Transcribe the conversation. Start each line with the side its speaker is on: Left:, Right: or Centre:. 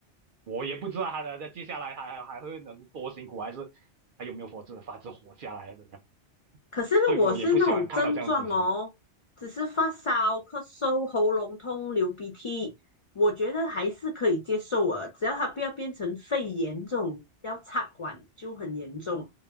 Right: 我也不知道他的在接下来还还会能多辛苦，还是还有没有法子法子活下来啊？怎么样？
Left: 可是如果是那种症状哦，
Right: 所以我也不喜欢看到这样的情形。
Left: 只是发烧、咳嗽、喉咙痛、流鼻涕，我觉得还是可以接受啊，只要它不要变成肺炎这种要插管就很严重。